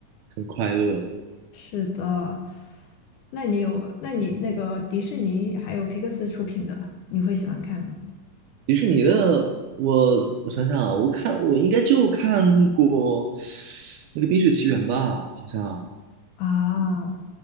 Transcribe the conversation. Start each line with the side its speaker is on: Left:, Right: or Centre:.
Right: 很快乐。
Left: 是的，那你有，那你那个迪士尼还有皮克斯出品的，你会喜欢看吗？
Right: 迪士尼的，我我想想啊，我看我应该就看过那个《冰雪奇缘》吧，好像
Left: 啊，